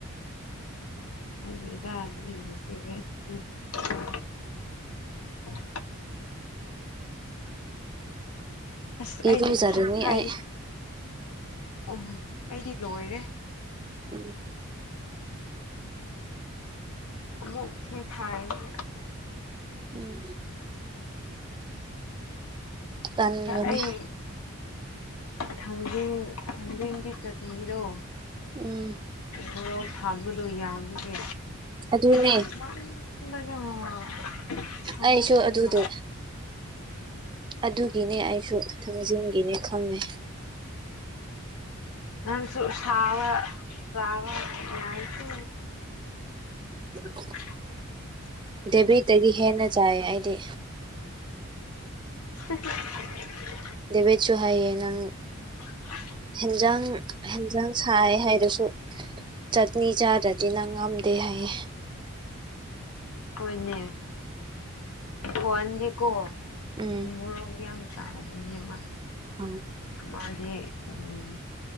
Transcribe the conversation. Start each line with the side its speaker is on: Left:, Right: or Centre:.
Left: ꯑꯣ ꯗ <unintelligible> ꯑꯁ
Right: ꯏꯔꯨꯖꯔꯅꯤ
Left: ꯑꯩꯗꯤ ꯊ ꯍꯥꯏꯅꯤ
Right: ꯑꯩ
Left: ꯑꯣ ꯑꯩꯗꯤ ꯂꯣꯏꯔꯦ
Right: ꯎꯝ
Left: ꯃꯨꯛ ꯊꯥꯏꯁꯦ
Right: ꯎꯝ ꯇꯟꯕꯅꯦ
Left: ꯑꯩ ꯊꯥꯡꯖꯤꯡ ꯊꯥꯡꯖꯤꯡꯗꯤ ꯆ ꯃꯤꯗꯣ
Right: ꯎꯝ
Left: ꯃꯣꯔꯣꯛ ꯊꯝꯕꯗꯨꯣ ꯌꯥꯝꯕꯒꯦ
Right: ꯑꯗꯨꯅꯦ
Left: ꯑ ꯁꯃꯝꯅ ꯐꯃꯦꯟꯕꯅ
Right: ꯑꯩꯁꯨ ꯑꯗꯨꯗ ꯑꯗꯨꯒꯤꯅꯦ ꯑꯩꯁꯨ ꯊꯥꯡꯖꯤꯡꯒꯤꯅꯦ ꯈꯪꯉꯦ
Left: ꯎꯝ ꯅꯁꯨ ꯁꯕ ꯁꯕ ꯌꯥꯁꯨ <inaudible>
Right: ꯎꯝ ꯗꯦꯕꯤꯠꯇꯒꯤ ꯍꯦꯟꯅ ꯆꯥꯏ ꯑꯩꯗꯤ
Left: <inaudible>
Right: ꯗꯕꯦ ꯆꯨ ꯍꯥꯏ ꯅꯪ
Left: ꯍ <unintelligible>
Right: ꯍꯦꯟꯖꯥꯡ ꯍꯦꯟꯖꯥꯡ ꯁꯥꯏ ꯍꯥꯏꯗꯨꯁꯨ ꯆꯠꯅꯤ ꯆꯥꯗ꯭ꯔꯗꯤꯅ ꯉꯝꯗꯦ ꯍꯥꯏꯌꯦ
Left: ꯍꯣꯏꯅꯦ ꯐꯣꯟ ꯌꯦꯀꯣ
Right: ꯎꯝ
Left: ꯃꯣꯔ ꯌꯥꯝꯝ ꯆꯥ ꯑꯗꯨ ꯃꯥ
Right: ꯑ
Left: ꯃꯥꯗꯤ ꯎꯝ